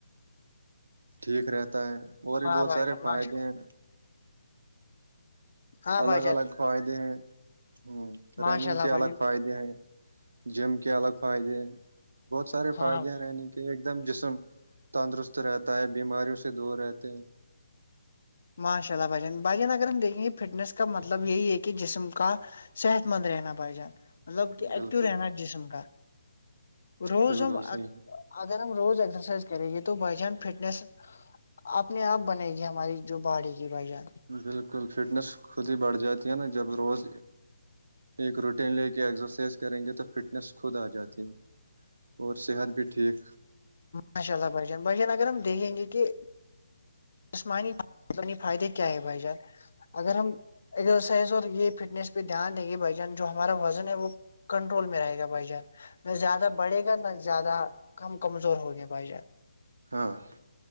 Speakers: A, on the right; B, on the left.
A: ٹھیک رہتا ہے اور بھی
B: ہاں
A: بہت
B: بھائی
A: سارے
B: جان
A: فائدے
B: ماشاء
A: ہیں
B: ہاں بھائی
A: الگ
B: جان
A: الگ فائدے ہیں ہ
B: ماشاء
A: رننگ
B: اللہ
A: کے
B: بھائی
A: الگ
B: جان
A: فائدے ہیں جم کے الگ فائدے ہیں بہت سارے
B: ہاں
A: فائدے ہیں رننگ کے کہ ایک دم جسم تندرست رہتا ہے بیماریوں سے دور رہتے ہیں
B: ماشاء اللہ بھجن بھجان اگر ہم دیکھیں گ فٹنس کا مطلب مطلب یہی ہے کہ جسم کا صحت مند رہنا بھائی جان مطلب کہ ایکٹیو
A: بالکل
B: رہنا
A: بالکل
B: جسم کا روز
A: بالکل
B: ہم
A: صحیح
B: اگر ہم روز ایکسرسائز کریں گے تو بائی جان فٹنیس اپنے آپ بنے گی ہماری جو باڑی کی وجہ
A: بالکل فٹنس خود ہی بڑھ جاتی ہے نا جب روز ایک روٹین لے کے ایکسرسائز کریں گے تو فٹنس خود آ جاتی ہے اور صحت بھی ٹھیک
B: ماشاء اللہ بھشان بھائیان اگر ہم دیکھیں گے کہ جسمانی م فائدے کیا ہے بھائی جان اگر ہم ازرسائز اور یہ فٹنس پہ دھیان دیں گے بھائی جان جو ہمارا وزن ہے وہ کنٹرول میں رہے گا بھائی جان نہ زیادہ بڑھے گا نہ زیادہ کم کمزور ہو گے بھائی جان
A: ہاں ہ